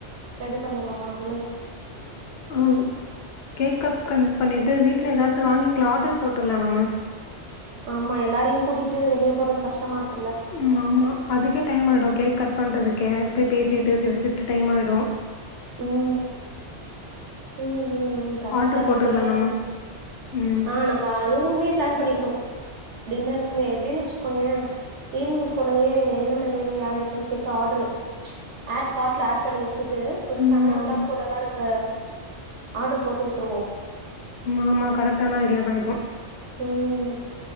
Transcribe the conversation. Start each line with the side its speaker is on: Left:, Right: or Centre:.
Right: ரெடி பண்ணிருவோமா நம்ளே
Left: ஆ கேக் கட் பண் பண்ணிட்டு வீட்ல ஏதாத் து வாங்கிக்லா ஆர்டர் போட்டுலா நம்ம
Right: ஆமா எல்லாரயூ கூட்டிட்டு வெளிய போறது கஷ்டமாருக்
Left: ம் ஆமா அதுக்கே டைம் ஆயிடூ கேக் கட் பண்றதுக்கே பே பேசிட்டு சிர் சிர்ட்டு டைமாயிடூ
Right: ம் ம் ம் ம் கரெக்ட்
Left: ஆர்டர்
Right: தா
Left: போட்டுர்லா
Right: நீ சொல்றதூ
Left: நம்ம ம்
Right: ஆ நம்ம அதுவுமே ப்ளான் பண்ணிக்கிட்டோ டின்னருக்குமே எப்டின் வச்சுக்கோயே ஈவ்னிங் போலயே என்னென்ன வேணூ யார்யாருக்குன் கேட்டு ஆர்டரு ஆட் கார்ட்ல ஆட் பண்ணி வச்சுட்டு ஒரு
Left: ம்
Right: செவன் ஓ
Left: ஆமா
Right: கிளாக் போல எல்லாரு அங்க ஆடர் போட்டுவுட்டுருவோ
Left: ம் ஆமா கரெக்டான ஐடியா தா இதூ
Right: ம்